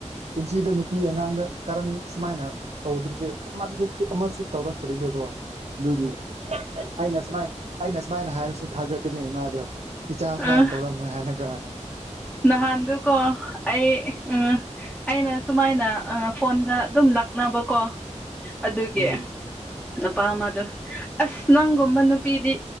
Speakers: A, on the right; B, in the centre.
A: ꯄꯨꯟꯁꯤꯗ ꯅꯨꯄꯤ ꯑꯉꯥꯡꯗ ꯀꯔꯟ ꯁꯨꯃꯥꯏꯅ ꯇꯧꯗꯕꯁꯦ <unintelligible> ꯑꯃꯁꯨ ꯇꯧꯔꯛꯇꯔꯤꯕꯀꯣ ꯑꯗꯨꯒꯤ ꯑꯩꯅ ꯁꯨꯃꯥꯏ ꯑꯩꯅ ꯁꯨꯃꯥꯏꯅ ꯍꯥꯏꯔꯁꯨ ꯊꯥꯖꯗꯦꯅꯦ ꯏꯃꯥꯗꯣ ꯏꯆꯥ
B: ꯑꯥ
A: ꯁꯨꯃꯥꯏꯅ ꯇꯧꯔꯝꯃꯣꯏ ꯍꯥꯏꯔꯒ
B: ꯅꯍꯥꯟꯗꯨꯀꯣ ꯑꯩ ꯎꯝ ꯑꯩꯅ ꯁꯨꯃꯥꯏꯅ ꯐꯣꯟꯗ ꯑꯗꯨꯝ ꯂꯥꯛꯅꯕꯀꯣ ꯑꯗꯨꯒꯤ
A: ꯎꯝ
B: ꯅꯨꯄꯥ ꯑꯃꯗꯣ ꯑꯁ ꯅꯪꯒꯨꯝꯕ ꯅꯨꯄꯤꯗꯤ